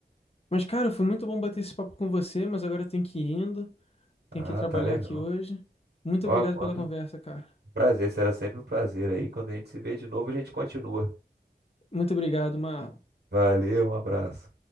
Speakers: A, on the left; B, on the right.
A: Mas, cara, foi muito bom bater esse papo com você, mas agora eu tenho que ir indo, tenho
B: Ah,
A: que trabalhar
B: tá legal.
A: aqui hoje. Muito
B: Ó,
A: obrigado
B: quando.
A: pela conversa, cara.
B: Prazer, será sempre um prazer aí. Quando a gente se vê de novo, a gente continua.
A: Muito obrigado, Mar.
B: Valeu, um abraço.